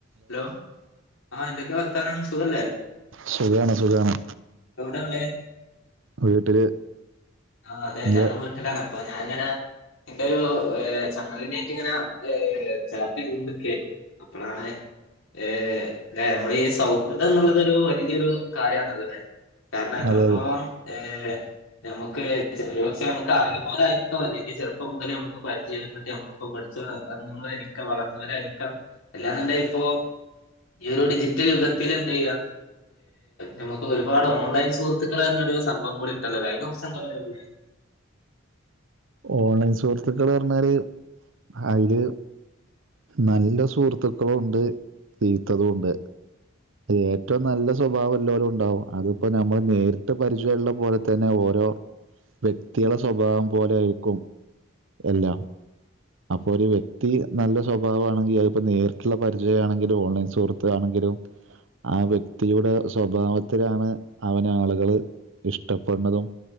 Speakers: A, on the left (about 80°); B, on the right (about 70°).
A: ഹലോ ആ എന്തൊക്കെ വാർത്താനം സുഖല്ലേ
B: സുഖാണ് സുഖമാണ്
A: എവിടെള്ളേ
B: വീട്ടില്
A: ആ അതെ
B: ഇയ്യ്
A: ഞാനും വീട്ടിലാണ് അപ്പൊ ഞാനിങ്ങനെ എ ഒരു എ ചങ്ങലിനായിട്ട ഇങ്ങനെ ചാറ്റ് ചെയ്തൊണ്ടിക്ക അപ്പോഴാണ് ഹ നമ്മൾ സൗഹൃദം എന്നുള്ള ഒരു വലിയൊരു കാര്യണുള്ളത് കാരണം എത്രത്തോളം
B: അതെ അതെ
A: ഏർ ഞമ്മക്ക് ഒരു പക്ഷെ നമുക്ക് അറിയുന്നവരായിരിക്കും അല്ലെങ്കിൽ ചെറപ്പം മുതേമുക്ക് പരിചയപ്പെട്ടിമ്മളിപ്പോഠരിക്കാം വളർന്നവരായിരിക്കാം എല്ലാന്നുണ്ട ഇപ്പൊ ഈ ഒരു ഡിജിറ്റൽ യുഗത്തിൽ എന്താ ചെയ്യുക നമുക്ക് ഒരുപാട് ഓൺലൈൻ സുഹൃത്തുക്കൾ ഒരു സംഭവം കൂടി ഉണ്ടല്ലോല്ലോ അ സംഭംവരള്ളേ
B: ഓൺലൈൻ സുഹൃത്തുക്കൾ പറഞ്ഞാല് അതില് നല്ല സുഹൃത്തുക്കളുണ്ട് ചീത്തതും ഉണ്ട് ഏറ്റവും നല്ല സ്വഭാവം എല്ലരും ഉണ്ടാവും അതിപ്പോ നമ്മൾ നേരിട്ട് പരിചയമള്ള പോലെ തന്നെ ഓരോ വ്യക്തികയുടെ സ്വഭാവം പോലെ ആയിരിക്കും എല്ലാം അപ്പൊ ഒരു വ്യക്തി നല്ല സ്വഭാവമാണെങ്കിൽ അപ്പോ നേരിട്ടുള്ള പരിചയ ആണെങ്കിലും ഓൺലൈൻ സുഹൃത്തു ആണെങ്കിലും ആ വ്യക്തിയുടെ സ്വഭാവത്തിലാണ് അവന ആളുകള് ഇഷ്ടപ്പെടുന്നതും